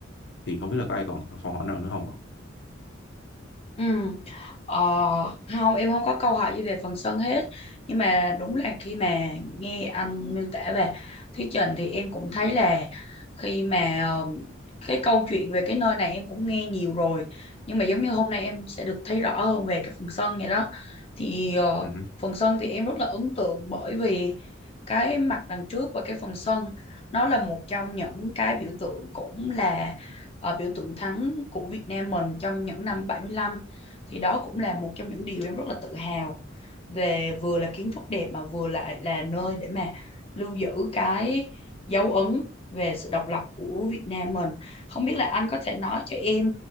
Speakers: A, on the left; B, on the left.
A: thì không biết là có ai còn câu hỏi nào nữa không ạ
B: Ừ. Ờ, không em không có câu hỏi gì về phần sân hết nhưng mà đúng là khi mà nghe anh miêu tả về thuyết trình thì em cũng thấy là khi mà ờ, cái câu chuyện về cái nơi này em cũng nghe nhiều rồi nhưng mà giống như hôm nay em sẽ được thấy rõ hơn về cái phần sân vậy đó thì ờ,
A: Ừ hử.
B: phần sân thì em rất là ấn tượng bởi vì cái mặt đằng trước và cái phần sân nó là một trong những cái biểu tượng cũng là ờ, biểu tượng thắng của Việt Nam mình trong những năm bảy mươi lăm thì đó cũng là một trong những điều em rất là tự hào về vừa là kiến trúc đẹp mà vừa lại là là nơi để mà lưu giữ cái dấu ấn về sự độc lập của Việt Nam mình không biết là anh có thể nói cho em